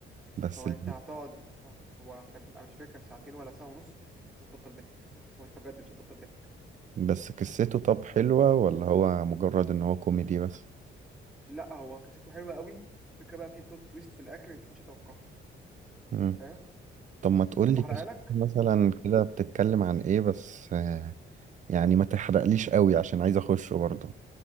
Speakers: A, on the right; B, in the centre.
A: بس
B: هو
A: ال...
B: أنت هتقعد هو كان أنا مش فاكر كان ساعتين ولا ساعة ونص مش هتبطل ضحك هو أنت بجد مش هتبطل ضحك
A: بس قصته طب حلوة ولا هو مجرد ان هو كوميدي بس
B: لأ هو قصته حلوة قوي وفكرة بقى في بلوت تويست في الآخر أنت محدش يتوقعها
A: مم.
B: فاهم؟
A: طب ما تقولي
B: تحب أحرقها
A: قصته
B: لك
A: مثلا كده بتتكلم عن ايه بس يعني ما تحرقليش قوي عشان عايز اخشه برضه